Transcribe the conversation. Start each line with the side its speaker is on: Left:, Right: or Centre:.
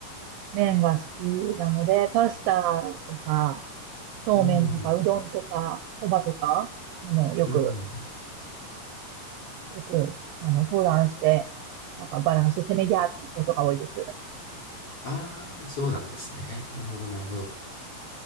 Right: 麺が好きなので、パスタとか、そうめんとか、
Left: うんうんうん。
Right: うどんとか、そばとか、あの、よく、
Left: うんうん。
Right: よく、あの、相談して、なんかバランスせめぎ合うことが多いです。
Left: ああ、そうなんですね。なるほど、なるほど。